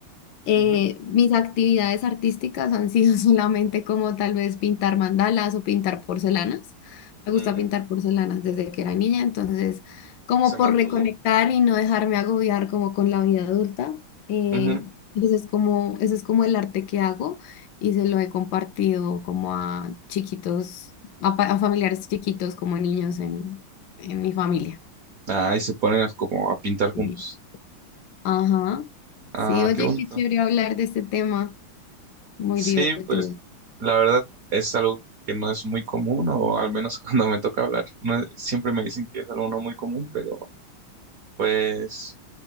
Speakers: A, on the left; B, on the right.
A: eh,
B: Ujú.
A: mis actividades artísticas han sido <laughs> solamente como tal vez pintar mandalas o pintar porcelanas. Me gusta
B: Mm,
A: pintar porcelanas desde que era niña, entonces como
B: se mantuvo.
A: por reconectar y no dejarme agobiar como con la vida adulta. eh,
B: Ujú.
A: ese es como, ese es como el arte que hago y se lo he compartido como a chiquitos, a, pa- a familiares chiquitos como niños en, en mi familia.
B: Ah, y se ponen a- como a pintar juntos.
A: Sí. Ajá.
B: Ah,
A: Sí, oye,
B: qué bonito.
A: qué chévere hablar de este tema, muy
B: Sí,
A: divertido.
B: pues, la verdad es algo que no es muy común, o al menos <laughs> cuando me toca hablar, no es- siempre me dicen que es algo no muy común, pero pues